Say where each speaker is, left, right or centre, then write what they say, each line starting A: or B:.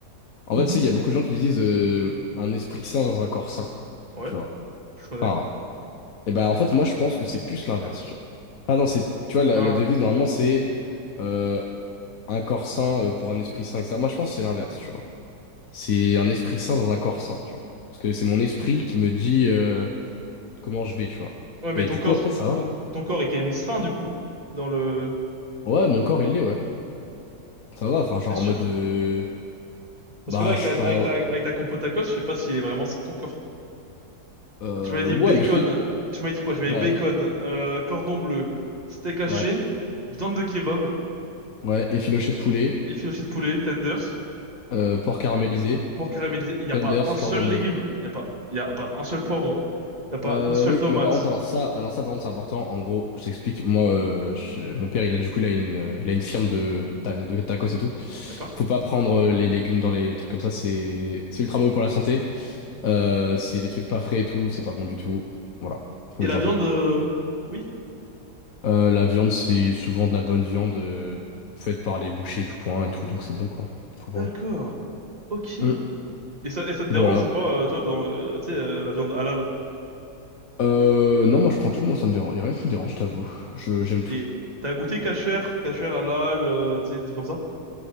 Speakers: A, on the left; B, on the right.
A: En
B: Mhm.
A: fait, tu sais, il y a beaucoup de gens qui disent euh, un esprit sain dans un corps sain,
B: Ouais,
A: tu vois.
B: je connais.
A: Enfin, et ben, en fait, moi, je pense que c'est plus l'inverse, tu vois. Pas dans ces... Tu vois, la,
B: Hein,
A: la devise, normalement, c'est... euh, un corps sain euh, pour un esprit sain, etc. Moi, je pense que c'est l'inverse, tu vois. C'est un esprit sain dans un corps sain, tu vois. Parce que c'est mon esprit qui me dit euh, comment je vais, tu vois.
B: ouais, mais
A: Et
B: ton
A: du
B: corps,
A: coup, après, ça va.
B: ton, ton corps est quand même sain, du coup, dans le,
A: Ouais, mon corps, il l'est, ouais. Ça va, enfin, genre
B: t'es sûr?
A: en mode... euh,
B: Parce
A: bah,
B: que là, avec
A: je
B: ta,
A: suis pas...
B: avec ta, avec ta compo tacos, je sais pas s'il est vraiment sain, ton corps.
A: euh,
B: Tu m'avais dit
A: ouais,
B: bacon,
A: mais je t'ai dit...
B: tu m'avais dit quoi? Tu m'avais
A: Ouais,
B: dit bacon, euh, cordon bleu, steak haché,
A: ouais,
B: viande de kebab,
A: ouais. Effiloché de poulet,
B: et filet de poulet, tenders.
A: euh, porc caramélisé,
B: pour caraméliser, il n'y
A: Thunders,
B: a pas un seul
A: cordon
B: légume,
A: bleu.
B: il n'y a pas, il y a pas un seul poivron, il n'y a pas
A: Euh,
B: une seule
A: oui,
B: tomate,
A: mais par contre, alors ça, alors ça, par contre, c'est important. En gros, je t'explique. Moi, euh, je- mon père, il a du coup, il a une, il a une firme de, ta- de tacos et tout.
B: d'accord?
A: Faut pas prendre euh, les légumes dans les trucs comme ça. C'est, c'est ultra mauvais pour la santé. Euh, c'est les trucs pas frais et tout. C'est pas bon du tout. Voilà, faut
B: Et
A: les
B: la
A: enlever.
B: viande, euh, oui,
A: Euh, la viande, c'est souvent de la bonne viande euh, faite par les bouchers du coin et tout, donc c'est bon quoi. Faut
B: d'accord,
A: prendre.
B: ok. Et
A: Hum,
B: ça, et ça te
A: Voilà.
B: dérange ou pas, euh, toi, dans, euh, tu sais, euh, la viande halal?
A: Euh, non, moi je prends tout. Moi, ça me dérange. Y a rien qui me dérange, je t'avoue. Je, j'aime tout.
B: Et t'as goûté kasher, kasher halal, euh, tu sais, des trucs comme ça?